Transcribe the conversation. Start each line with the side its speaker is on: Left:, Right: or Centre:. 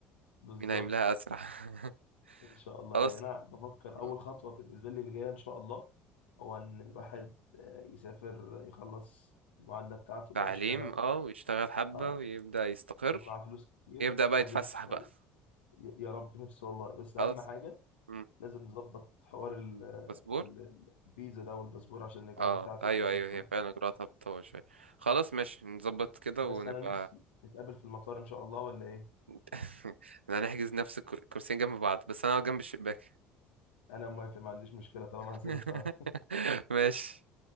Left: بالظبط
Right: مين هيملاها أسرع <laughs>
Left: ان شاء الله
Right: خلاص
Left: يعني انا بفكر
Right: م.
Left: اول خطوه بالنسبه لي اللي جايه ان شاء الله هو ان الواحد آه، يسافر يخلص المعادله بتاعته
Right: تعليم
Left: بقى ويشتغل
Right: اه ويشتغل حبة
Left: اه
Right: ويبدأ يستقر
Left: يبقى معاه فلوس كتير
Right: يبدأ بقى
Left: وبعدين
Right: يتفسح
Left: ان شاء
Right: بقى
Left: الله ي- يا رب نفسي والله بس
Right: خلاص
Left: اهم حاجه
Right: م.
Left: لازم نظبط حوار ال-
Right: باسبور
Left: ال- الفيزا ده والباسبور عشان الاجراءات
Right: اه
Left: بتاعته
Right: ايوه
Left: والكلام
Right: ايوه
Left: ده كله
Right: هي فعلا اجراءاتها بتطول شوية خلاص ماشي نظبط كده
Left: بس
Right: ونبقى
Left: انا نفسي نتقابل في المطار ان شاء الله ولا ايه
Right: <laughs> احنا هنحجز نفس الكر- الكرسيين جنب بعض بس انا اقعد جنب الشباك
Left: انا موافق ما عنديش مشكله طالما
Right: <laughs>
Left: هنسافر سوا
Right: ماشي